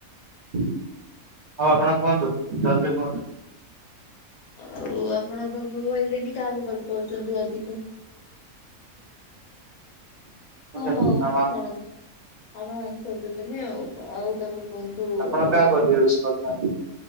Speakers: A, on the right (about 80°); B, on the left (about 85°).
A: ହଉ ଆପଣ କୁହନ୍ତୁ ଜଲଦି କୁହନ୍ତୁ।
B: ଆଉ ଆପଣ ତା କହିଲେନି କାହାକୁ ଭଲ ପାଉଚନ୍ତି ଅଧିକ?
A: ମୁଁ
B: ହଁ
A: ସେମିତି
B: ହଉ
A: ମାମା
B: ଛାଡନ୍ତୁ ଆପଣ ଆନ୍ସର ଦେବେନି ଆଉ କଁ ଆଉ ତାପରେ କୁହନ୍ତୁ
A: ଆପଣ
B: ଆଉ।
A: କାହା କରିବେ <inaudible>